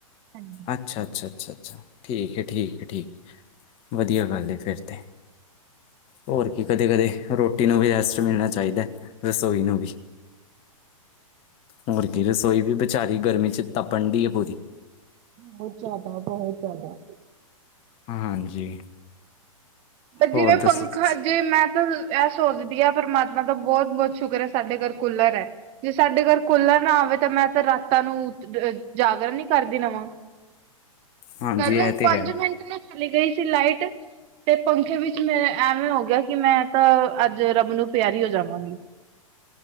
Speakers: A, on the right; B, on the left.
A: ਹਾਂਜੀ
B: ਅੱਛਾ- ਅੱਛਾ- ਅੱਛਾ- ਅੱਛਾ ਠੀਕ ਐ, ਠੀਕ ਐ। ਠੀਕ, ਵਧੀਆ ਗੱਲ ਐ ਫੇਰ ਤੇ ਹੋਰ ਕੀ ਕਦੇ- ਕਦੇ ਰੋਟੀ ਨੂੰ ਵੀ ਰੈਸਟ ਮਿਲਨਾ ਚਾਹੀਦਾ, ਰਸੋਈ ਨੂੰ ਵੀ। ਹੋਰ ਕੀ ਰਸੋਈ ਵੀ ਬਚਾਰੀ ਗਰਮੀ 'ਚ ਤਪਨ ਡੀ ਅ ਪੂਰੀ
A: ਬਹੁਤ ਜ਼ਿਆਦਾ, ਬਹੁਤ ਜਿਆਦਾ।
B: ਹਾਂਜੀ
A: ਤੇ
B: ਹੋਰ
A: ਜਿਵੇਂ
B: ਦੱਸੋ
A: ਪੰਖਾ
B: ਤੁਸੀਂ?
A: ਜੇ ਮੈਂ ਤਾਂ ਇਹ ਸੋਚਦੀ ਹਾਂ ਪਰਮਾਤਮਾ ਦਾ ਬਹੁਤ- ਬਹੁਤ ਸ਼ੁਕਰ ਹੈ ਸਾਡੇ ਘਰ ਕੁਲਰ ਐ। ਜੇ ਸਾਡੇ ਘਰ ਕੂਲਰ ਨਾ ਆਵੇ ਤਾਂ ਮੈਂ ਤਾਂ ਰਾਤਾਂ ਨੂੰ ਜਾਗਰਨ ਹੀ ਕਰਦੀ ਰਵਾਂ
B: ਹਾਂਜੀ
A: ਕੱਲ
B: ਇਹ ਤੇ
A: ਪੰਜ
B: ਹੈ
A: ਮਿੰਟ ਨਾਲ ਚਲੀ ਗਈ ਸੀ ਲਾਈਟ। ਤੇ ਪੰਖੇ ਵਿੱਚ ਮੇ ਐਵੇਂ ਹੋ ਗਿਆ ਕਿ ਮੈਂ ਤਾਂ ਅੱਜ ਰਬ ਨੂੰ ਪਿਆਰੀ ਹੋ ਜਾਵਾਂਗੀ